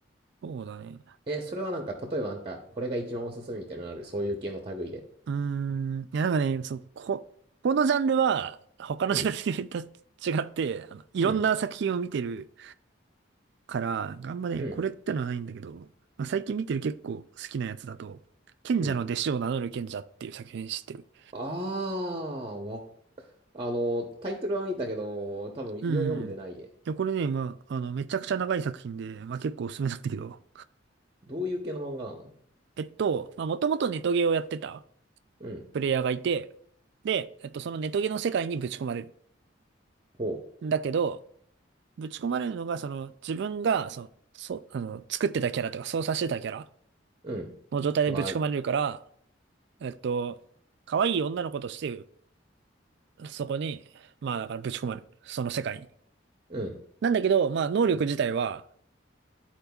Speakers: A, on the right; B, on the right.
A: そうだね。
B: え、それはなんか、例えばなんか、これが一番おすすめみたいなのある、そういう系の類で。
A: うーん、いや、なんかね、そう、こ、このジャンルは、他のジャンルと
B: うん、
A: 違って、あの、いろんな作品を見てる
B: うん、
A: から、あんまね、
B: うん、
A: これってのはないんだけど、まあ、最近見てる結構好きなやつだと、賢者の弟子を名乗る賢者っていう作品知ってる。
B: うん。あー、わ、あの、タイトルは見たけど、多分よ読んでないえ。
A: うんうん。いや、これね、まあ、あの、めちゃくちゃ長い作品で、まあ結構おすすめなんだけど。
B: どういう系の漫画なの
A: えっと、まあもともとネトゲをやってた
B: うん、
A: プレイヤーがいて、で、えっと、そのネトゲの世界にぶち込まれる。
B: ほ
A: だけど、ぶち込まれるのが、その、自分が、その、そ、あの、作ってたキャラとか操作してたキャラ
B: う、うん、
A: の状態でぶち込まれるから、
B: まあ、
A: えっと、可愛い女の子としてそこに、まあだからぶち込まれる。その世界に。
B: うん。
A: なんだけど、まあ能力自体は、